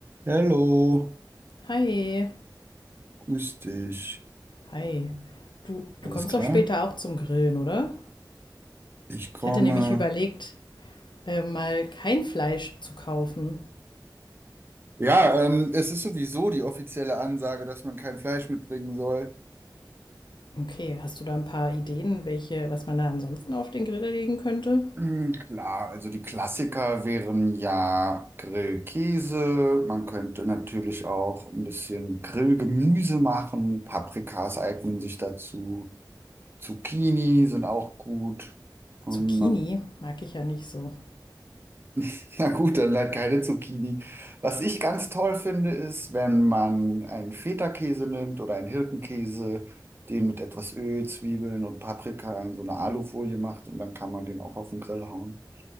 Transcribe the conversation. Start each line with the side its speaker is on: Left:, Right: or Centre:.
Right: Hallo,
Left: Hi,
Right: grüß dich.
Left: hi. Du, du
Right: Alles
Left: kommst
Right: klar?
Left: doch später auch zum Grillen, oder?
Right: Ich komme.
Left: Ich hatte nämlich überlegt, äh, mal kein Fleisch zu kaufen.
Right: Ja, ähm, es ist sowieso die offizielle Ansage, dass man kein Fleisch mitbringen soll.
Left: Okay, hast du da ein paar Ideen, welche, was man da ansonsten auf den Grill legen könnte?
Right: Hm, Klar, also die Klassiker wären ja Grillkäse. Man könnte natürlich auch ein bisschen Grillgemüse machen. Paprikas eignen sich dazu. Zucchini sind auch gut. Und
Left: Zucchini
Right: man
Left: mag ich ja nicht so.
Right: <laughs> Na gut, dann halt keine Zucchini. Was ich ganz toll finde, ist, wenn man einen Feta-Käse nimmt oder einen Hirtenkäse, den mit etwas Öl, Zwiebeln und Paprika in so eine Alufolie macht und dann kann man den auch auf den Grill hauen.